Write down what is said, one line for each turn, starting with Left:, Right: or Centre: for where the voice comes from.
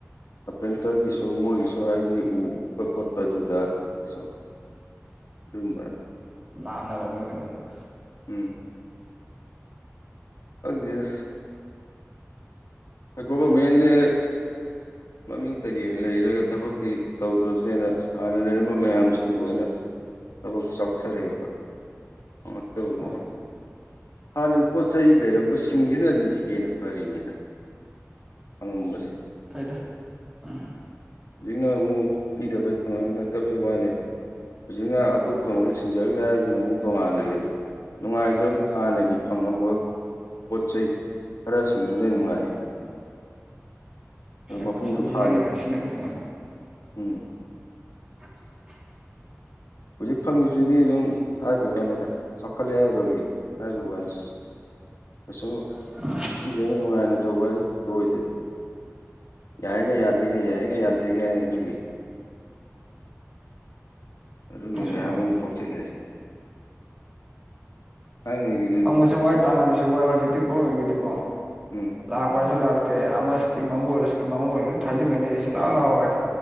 Left: ꯀꯥꯔꯄꯦꯟꯇꯔꯒꯤꯁꯨ ꯃꯣꯏꯒꯤꯁꯨ ꯍꯥꯏꯗꯤ ꯎ ꯀꯛꯄ ꯑꯗꯨꯗꯁꯣ ꯝꯕꯥꯔ <inaudible>
Right: ꯅꯅꯦ ꯃ ꯃ ꯀꯅꯣꯦ <inaudible>
Left: ꯎꯝ ꯈꯪꯗꯦꯗꯥ ꯒꯣꯔꯕꯥꯔꯃꯦꯟꯁꯦ ꯃꯃꯤꯡꯇꯒꯤ ꯑꯣꯏꯅ ꯂꯩꯔꯒ ꯊꯕꯛꯇꯤ ꯇꯧꯗ꯭ꯔꯕꯅꯦꯅ ꯍꯥꯟꯅ ꯂꯩꯔꯝꯕ ꯃꯌꯥꯝ ꯁꯨ ꯂꯣꯏꯅ ꯊꯕꯛꯁꯦ ꯆꯥꯎꯊꯔꯛꯑꯦꯕ ꯐꯪꯉꯥꯛꯇꯕꯒꯨꯝꯕ
Right: ꯍꯣꯏ
Left: ꯍꯥꯟꯅꯒꯤ ꯄꯣꯠ ꯆꯩ ꯂꯩꯔꯝꯕꯁꯤꯡꯁꯤꯅꯗꯤ ꯍꯦꯟꯅ ꯐꯔꯤꯅꯤꯗ ꯐꯪꯉꯝꯕꯁꯦ
Right: ꯐꯩꯗ ꯎꯝ
Left: ꯍꯧꯖꯤꯛꯅ ꯑꯃꯨꯛ ꯄꯤꯗꯕꯩ ꯐꯪꯍꯜꯂꯛꯇꯕꯩ ꯋꯥꯅꯦꯕ ꯍꯧꯖꯤꯛꯅ ꯑꯇꯣꯞꯄꯗ ꯃꯍꯨꯠ ꯁꯤꯟꯖꯈ꯭ꯔꯦ ꯍꯥꯏꯗꯨꯅ ꯑꯃꯨꯛ ꯇꯣꯡꯉꯥꯟꯈ꯭ꯔꯦ ꯑꯗꯨ ꯅꯨꯡꯉꯥꯏꯖꯕꯗꯤ ꯍꯥꯟꯅꯒꯤ ꯐꯪꯉꯝꯕ ꯄꯣꯠ ꯆꯩꯩ ꯈꯔꯁꯤꯡꯗꯨꯅ ꯅꯨꯡꯉꯥꯏꯌꯦ ꯑꯗꯨ
Right: ꯑꯌꯦꯡꯕ
Left: ꯃꯄꯨꯡꯁꯨ
Right: ꯁꯐꯤꯖꯟ
Left: ꯐꯥꯏꯌꯦ
Right: ꯑꯣꯏꯅ ꯁꯤꯖꯤꯟꯅꯕꯁꯨ ꯉꯝꯃꯣꯢ
Left: ꯎꯝ
Right: <unintelligible>
Left: ꯍꯧꯖꯤꯛ ꯐꯪꯉꯤꯁꯤꯗꯤ ꯑꯗꯨꯝ ꯍꯥꯏꯕ ꯋꯥꯅꯤꯗ ꯆꯥꯎꯈꯜꯂꯦ ꯍꯥꯏꯕꯒꯤ ꯍꯥꯏꯕ ꯋꯥꯅꯤ ꯑꯗꯨꯁꯨꯨꯝ <inaudible>
Right: <inaudible>
Left: ꯁꯤꯖꯤꯅ ꯅꯨꯡꯉꯥꯏꯅ ꯇꯧꯕ ꯍꯥꯏꯗꯨ ꯑꯣꯏꯗꯦꯕ ꯌꯥꯏꯒ ꯌꯥꯗꯦꯒꯦ ꯌꯥꯏꯒ ꯌꯥꯗꯦꯒꯦ ꯍꯥꯏꯅ ꯑꯗꯨꯒꯤ ꯑꯗꯨꯒꯤ
Right: ꯑꯁꯦꯡꯕ
Left: ꯃꯌꯥꯝ ꯑꯃ ꯊꯣꯛꯆꯤꯜꯂꯛꯑꯦ ꯊꯥꯏꯅꯒꯤ
Right: ꯐꯪꯕꯁꯨ ꯋꯥꯏ ꯇꯥꯟꯅꯕꯁꯨ ꯋꯥꯏ ꯍꯧꯖꯤꯛꯇꯤ ꯒꯣꯔꯃꯦꯟꯒꯤꯗꯤꯀꯣ
Left: ꯎꯝ
Right: ꯂꯥꯛꯄ ꯍꯥꯏꯁꯨ ꯂꯥꯛꯇꯦ ꯑꯃꯒꯤꯁꯨ ꯢꯁꯒꯤꯝ ꯑꯃ ꯑꯣꯏꯔꯣ ꯑꯃ ꯑꯣꯏꯔꯣ ꯂꯣꯏꯅ ꯊꯥꯖꯤꯟꯒꯅꯤ ꯁꯧꯡꯂꯥꯛ ꯂꯥꯛꯑꯣꯏ